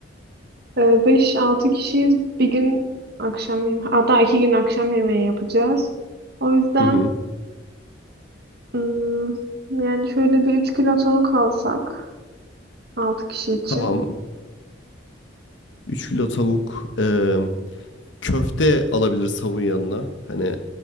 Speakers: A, on the right (about 55°); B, on the left (about 65°).
A: Ee, Beş altı kişiyiz. Bir gün akşam yemeği, hatta iki gün akşam yemeği yapacağız. O yüzden
B: Hı hı.
A: ım, yani şöyle bir 3 kilo tavuk alsak 6 kişi için.
B: Tamam. 3 kilo tavuk. Ee, köfte alabiliriz tavuğun yanına. Hani